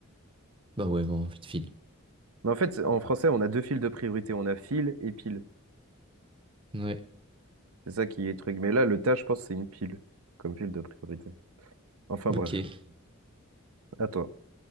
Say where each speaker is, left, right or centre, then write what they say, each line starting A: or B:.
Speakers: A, on the right (about 25°); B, on the right (about 85°).
A: Bah ouais, bon, en fait, Phil.
B: Mais en fait, c'est- en français, on a deux files de priorité, on a file et pile.
A: Ouais,
B: C'est ça qui est truc. Mais là, le tas, je pense, c'est une pile, comme file de priorité. Enfin, bref.
A: ok.
B: à toi